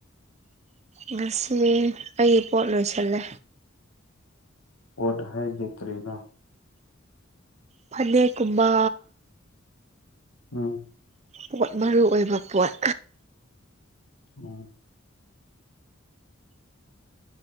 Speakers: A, on the right (about 35°); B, on the left (about 85°).
A: ꯉꯁꯤ ꯑꯩꯒꯤ ꯄꯣꯠ ꯂꯣꯏꯁꯜꯂꯦ
B: ꯑꯣꯗ ꯍꯥꯏꯖꯦ ꯀꯔꯤꯅꯣ
A: ꯐꯅꯦꯛ ꯀꯨꯝꯕ
B: ꯎꯝ
A: ꯄꯣꯠ ꯃꯔꯨ ꯑꯣꯏꯕ ꯄꯣꯠ
B: ꯎꯝ